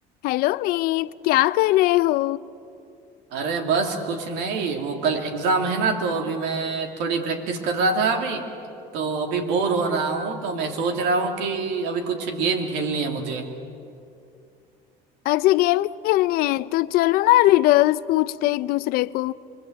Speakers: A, on the left (about 65°); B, on the right (about 75°).
A: हेलो मीत क्या कर रहे हो
B: अरे बस कुछ नहीं वो कल एग्जाम है ना तो अभी मैं थोड़ी प्रैक्टिस कर रहा था अभी तो अभी बोर हो रहा हूँ तो मैं सोच रहा हूँ कि अभी कुछ गेम खेलनी है मुझे
A: अच्छा गेम खेलनी है तो चलो ना रिडल्स पूछते हैं एक दूसरे को